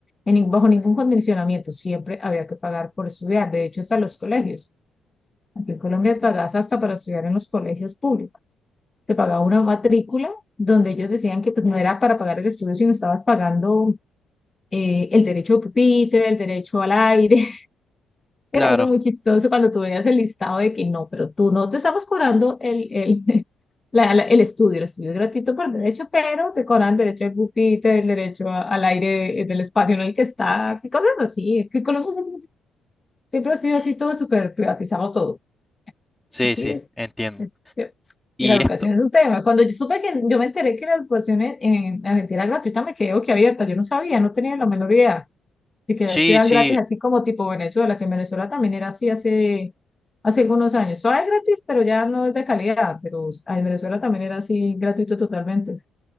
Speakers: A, on the left; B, in the centre.
A: en, nin- bajo ningún condicionamiento. Siempre había que pagar por estudiar. De hecho, hasta los colegios. Aquí en Colombia pagas hasta para estudiar en los colegios públicos. Te pagaba una matrícula donde ellos decían que pues, no era para pagar el estudio, sino estabas pagando eh, el derecho de pupitre, el derecho al aire, era
B: claro.
A: algo muy chistoso cuando tú veías el listado de que no, pero tú no te estamos cobrando el, el, <laughs> la- la- el estudio. El estudio es gratuito por derecho, pero te cobran derecho al pupitre, el derecho a- al aire eh, del espacio en el que estás y cosas así. Es que Colombia siempre siempre ha sido así todo súper privatizado todo.
B: Sí,
A: Aquí
B: sí,
A: es,
B: entiendo.
A: es-
B: Y
A: Y la educación
B: esto,
A: es un tema. Cuando yo supe que, yo me enteré que la educación en, en Argentina era gratuita, me quedé boquiabierta. Yo no sabía, no tenía la menor idea de que
B: sí,
A: estudian
B: sí.
A: gratis, así como tipo Venezuela, que en Venezuela también era así hace, hace algunos años. Todavía es gratis, pero ya no es de calidad, pero ah, en Venezuela también era así gratuito totalmente.